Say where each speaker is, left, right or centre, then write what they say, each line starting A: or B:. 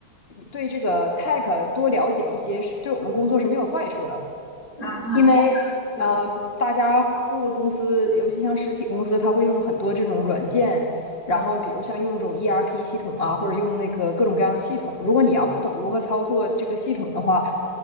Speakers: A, on the left; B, on the left.
A: 对这个 tech 多了解一些，对我们工作是没有坏处的。
B: 嗯嗯
A: 因为呃，
B: 嗯，
A: 大家各个公司，尤其像实体公司，它会用很多这种软件，然后比如像用这种
B: 嗯嗯
A: ERP 系统啊，或者用那个各种各样的系统。如果你要不懂如何操作这个系统的话，